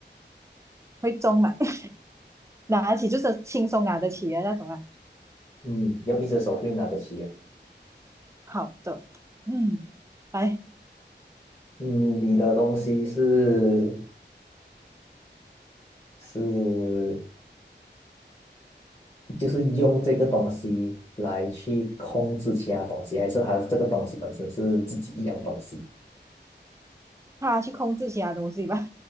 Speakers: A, on the right (about 15°); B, on the left (about 25°).
A: 会重吗？<laughs> 拿得起就是轻松拿得起的那种啊。
B: 嗯，用一只手可以拿得起啊。
A: 好的，嗯，来，
B: 嗯，你的东西是是就是用这个东西来去控制其他东西，还是它这个东西本身是自己一样东西？
A: 他去控制其他东西吧。